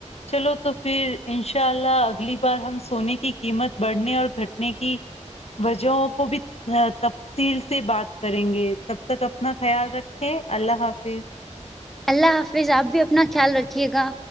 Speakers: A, on the left (about 55°); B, in the centre.
A: چلو تو پھر انشاء اللہ اگلی بار ہم سونے کی قیمت بڑھنے اور گھٹنے کی وجہوں کو بھی تفصیل سے بات کریں گے تب تک اپنا خیال رکھیں اللہ حافظ
B: اللہ حافظ آپ بھی اپنا خیال رکھیے گا